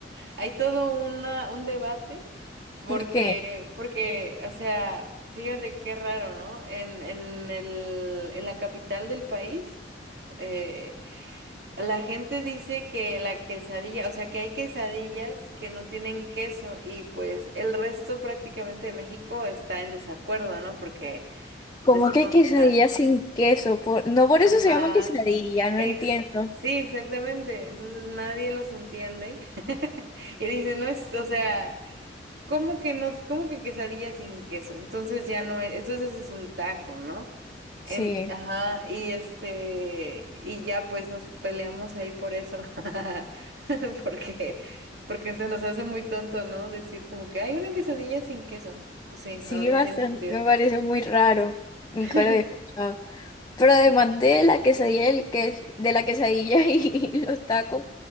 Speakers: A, on the right (about 65°); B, on the left (about 20°).
A: hay todo una, un debate porque,
B: ¿Por qué?
A: porque, o sea, fíjate qué raro, ¿no? En, en el, en la capital del país, eh, la gente dice que la quesadilla, o sea, que hay quesadillas que no tienen queso y pues el resto prácticamente de México está en desacuerdo, ¿no? Porque
B: ¿Cómo
A: decimos,
B: que quesadilla
A: o sea...
B: sin queso? Por- No por
A: Ajá.
B: eso se llama quesadilla, no
A: Ex
B: entiendo.
A: sí, exactamente. Entonces nadie los entiende. <laughs> Y dice, no es, o sea, ¿cómo que no, cómo que quesadilla sin queso? Entonces ya no es, entonces es un taco, ¿no? En,
B: Sí.
A: ajá, y este, y ya pues nos peleamos ahí por eso. <laughs> Porque, porque se nos hace muy tonto, ¿no? Decir como que hay una quesadilla sin queso. Pues Sí,
B: Sí,
A: no, no
B: bastante,
A: tiene sentido.
B: me parece muy raro. Nunca
A: <laughs>
B: lo había escuchado. Pero además
A: Sí.
B: de la quesadilla, el ques- de la quesadilla <laughs> y los tacos,